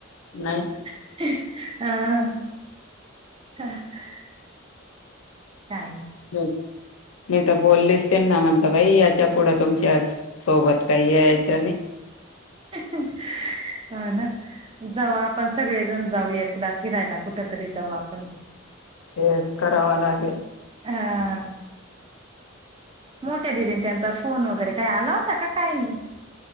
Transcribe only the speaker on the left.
नाही
मी तर बोललीच तेना म्हणता बाई याच्या पुढं तुमच्या सोबत काही यायचं नही
तेच करावा लागेल